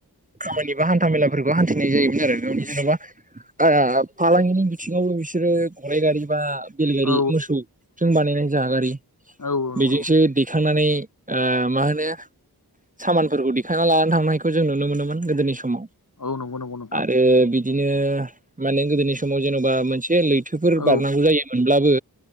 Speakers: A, on the right; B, on the left.
A: खामानि बा हान्था मेलाफोरखौ हान्थिनाय जायोमोन आरो गावनि जेनबा ओ फालांगिनि थिङावबो बिसोरो गराइ गारि बा बेलगारि
B: औ
A: मोसौजों बानायनाय जा गारि
B: औ
A: बेजोंसो
B: नंगौ नंगौ
A: दैखांनानै ओ मा होनो सामानफोरखौ दिखांना लानानै थांनायखौ जों नुनो मोनोमोन गोदोनि समाव
B: औ नंगौ नंगौ नोंथां
A: आरो बिदिनो माने गोदोनि समाव जेनबा मोनसे जे लैथोफोर
B: औ
A: बारनांगौ जायोमोनब्लाबो